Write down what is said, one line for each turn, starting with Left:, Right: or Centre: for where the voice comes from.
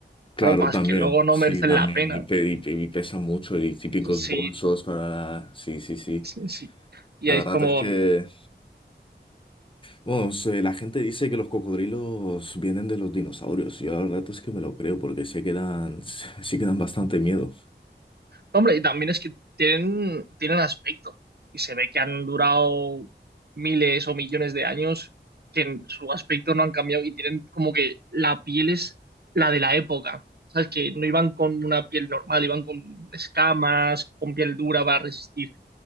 Left: claro,
Right: ropas
Left: también,
Right: que luego no
Left: sí,
Right: merecen
Left: también,
Right: la pena.
Left: y, pe- y pe- y pesa mucho y típicos
Right: Sí,
Left: bolsos para... la- Sí, sí, sí.
Right: sí. sí. Y
Left: La
Right: es
Left: verdad
Right: como,
Left: es que... Bueno, se- la gente dice que los cocodrilos vienen de los dinosaurios. Yo la verdad es que me lo creo porque sí que dan, <laughs> sí que dan bastante miedo.
Right: Hombre, y también es que tienen, tienen aspecto y se ve que han durado miles o millones de años que en su aspecto no han cambiado y tienen como que la piel es la de la época. ¿Sabes? Que no iban con una piel normal, iban con escamas, con piel dura para resistir